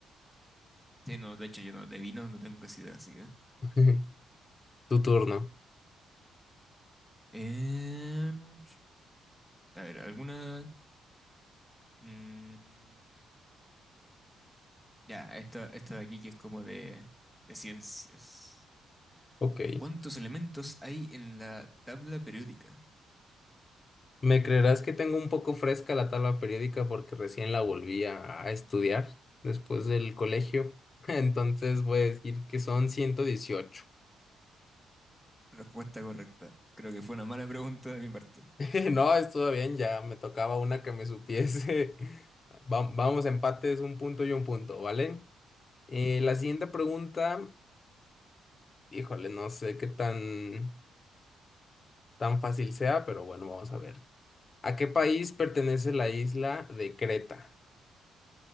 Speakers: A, in the centre; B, on the left.
A: Sí, no, de hecho yo no, de vinos no tengo casi idea, así que.
B: <laughs> Tu turno.
A: Eh, a ver, alguna. mm, ya, esta, esta de aquí que es como de, de ciencias.
B: Ok.
A: ¿Cuántos elementos hay en la tabla periódica?
B: ¿Me creerás que tengo un poco fresca la tabla periódica porque recién la volví a, a estudiar después del colegio? <laughs> Entonces voy a decir que son 118.
A: Respuesta correcta. Creo que fue una mala pregunta de mi parte.
B: <laughs> No, estuvo bien, ya me tocaba una que me supiese. <laughs> Va- Vamos, empates, un punto y un punto, ¿vale? Eh, la siguiente pregunta Híjole, no sé qué tan, tan fácil sea, pero bueno, vamos a ver. ¿A qué país pertenece la isla de Creta?